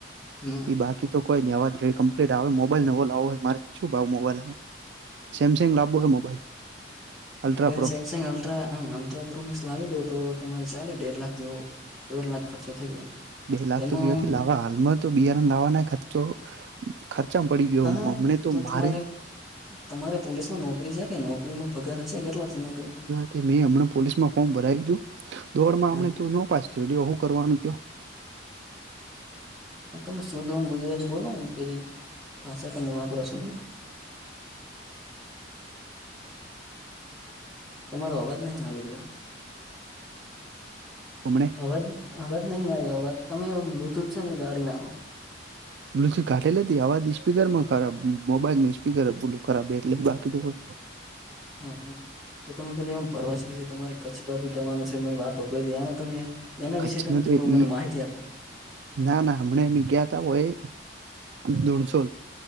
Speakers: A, in the centre; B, on the right (about 65°).
A: હમ
B: એઈ બાકી તો કોઈ નઈ અવાજ કમ્પ્લીટ આવે મોબાઈલ નવો લાવો હે મારે. શું ભાવ મોબાઈલ આવે? સેમસંગ લાવવો હે mobile ultra
A: mobile
B: pro
A: Samsung આ હા અલ્ટ્રાપ્રોમક્સ લાવી દો તો, તમારે ચાલે દોઢ લાખ જેવો દોઢ લાખ ખર્ચો થઈ જાય.
B: બે લાખ
A: એમાં
B: તો બીયોથી લાવવા. હાલમાં તો બિયારણનો લાવવાના ખર્ચો ખર્ચામ પડી ગયો
A: હા હા
B: હું. હમને તો
A: તમારે
B: મારે
A: તમારે પોલીસમાં નોકરી છે કે, નોકરીમાં પગાર હશે એટલે નોકરી
B: તે મેં હમણાં પોલીસમાં ફોર્મ ભરાવી દીધું. દોડમાં
A: હા
B: હમણે તો નોપાસ થીયો. લયો હું કરવાનું કયો.
A: તમે શુદ્ધ ઓમ ગુજરાતી બોલો ને પેલી. ભાષા તમે વાપરો છો નહી. તમારો અવાજ નહીં આવી રહ્યો
B: હમણે
A: અવાજ અવાજ નહી આવ્યો. અવાજ તમે બ્લુટૂથ છે ને, કાઢી નાખો.
B: બ્લુટુથ કાઢી લે. તે અવાજ સ્પીકરમાં ખરાબ, મોબાઈલ માં સ્પીકર <unintelligible> ખરાબ એટલે બાકી તો <inaudible>
A: હમ તો તમે પેલા પરવાસ તમારે કચ્છ બાજુ જવાનું છે <unintelligible> તમેને એના વિશેે
B: કચ્છનું
A: તમે
B: તો
A: થોડો મને
B: એ
A: માહિતી આપો.
B: ના ના હમણા બી ગયા ત હોય. દૂણસોલ